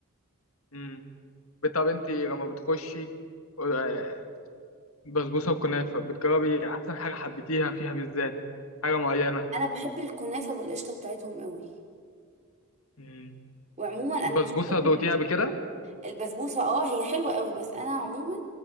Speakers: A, on the left (about 70°); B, on the right (about 30°).
A: امم طب انت لما بتخشي آه، بسبوسه وكنافه بتجربي احسن حاجه حبيتيها فيها بالذات حاجه معينه
B: انا بحب الكنافة بالقشطة بتاعتهم قوي
A: امم
B: وعموما انا
A: بسبوسه
B: مش بحب
A: دوقتيها قبل كده
B: البسبوسة اه هي حلوة قوي بس انا عموما